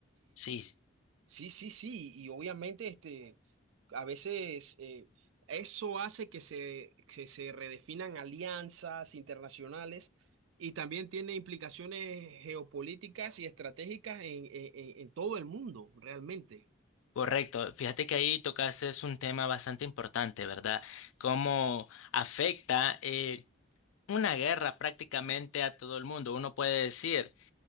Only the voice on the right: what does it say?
Sí, sí, sí, y obviamente este, a veces eh, eso hace que se, que se redefinan alianzas internacionales y también tiene implicaciones geopolíticas y estratégicas en, en en- en todo el mundo, realmente.